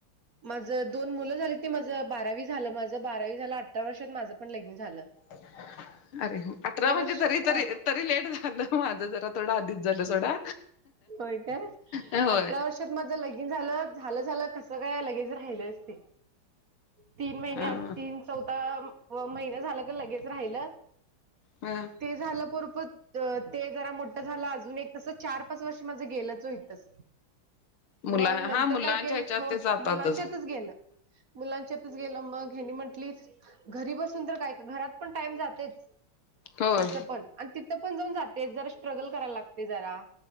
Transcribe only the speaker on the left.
<inaudible> अरे अठरा म्हणजे
जरी तरी
तरी लेट झालं माझं जरा थोडं आधीच झालं सोडा.
ह.
अ
हा.
मुला
हा मुलांच्या
ह्याच्यात
ते जातातच
होय